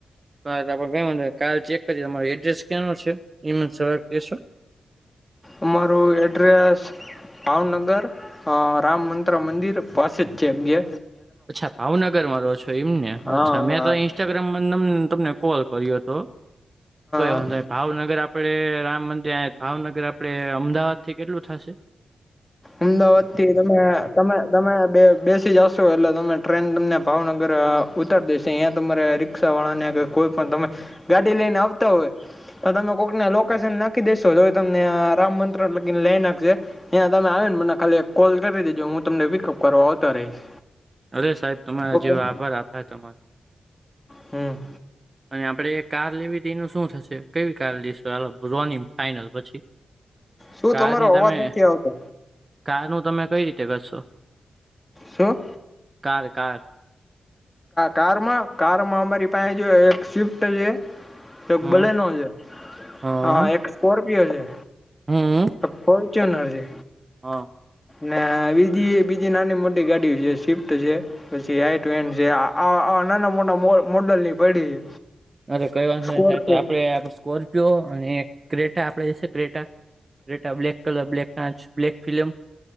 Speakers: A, on the right (about 30°); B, on the left (about 15°).
A: હા તો આપડે કઈ વાંધો નઈ કાલ ચેક કરી તમારુ એડ્રેસ કયાનુ છે ઈ મને સવારે કેશો.
B: અમારું એડ્રેસ. ભાવનગર અ રામમંત્ર મંદિર પાસે જ છે બે.
A: અચ્છા ભાવનગર માં રહો છો એમ ને
B: હા
A: અચ્છા
B: હા
A: મેં
B: હા
A: તો ઈ. ઇન્સ્ટાગ્રામમાં નંબર તમને કોલ કર્યો હતો કોઈ
B: હા.
A: વાંધો નઈ. ભાવનગર આપડે રામ મંદિર આયા ભાવનગર આપડે અમદાવાદ થી કેટલું થશે.
B: અમદાવાદ થી તમે તમે તમે બે બેસી જશો એટલે તમે ટ્રેન તમને ભાવનગર ઉતારી દેશે અહિંયા તમારે. રિક્ષા વાળા ને કોઈ પણ તમે ગાડી લઈને આવતા હોય. તમે કોક ના લોકેશન નાખી દેેશો જો તમને રામ મંત્ર લગીને લઈ નાખશે. ત્યાં તમે આવે ને મને ખાલી એક કોલ કરી દેજો હું તમને પિકઅપ કરવા આવતો રહીશ.
A: અરે સાહેબ તમારો
B: ઓકે
A: હજ આભાર આપાય તમારો.
B: હમ.
A: અને આપડે એ કાર લેવી તી એનું શું થશે કેવી કાર લઈશું આ કરો ને ફાઈનલ પછી.
B: શું
A: કારની
B: તમારો
A: તમે
B: અવાજ નથી આવતો
A: કારનું તમે કઈ રીતે કરશો.
B: શું?
A: કાર કાર
B: કારમાં કારમાં અમારી પાસે એક સ્વિફ્ટ છે, તો એક
A: હમ
B: બલેનો છે.
A: હમ
B: હા એક સ્કોર્પિયો છે,
A: હમ
B: ફોર્ચ્યુનર છે.
A: હા.
B: ના બીજી બીજી નાની મોટી ગાડી છે શિફ્ટ છે. પછી આઈટેન છે નાના મોટા મોડલ ની પડી છે.
A: અરે કઈવાંધો
B: સ્કોર્પિયો
A: નહિ સાહેબ આપણે સ્કોર્પિયો અને ક્રેટા આપડે છે Creta? Creta black colour black કાચ બ્લેક ફિલમ.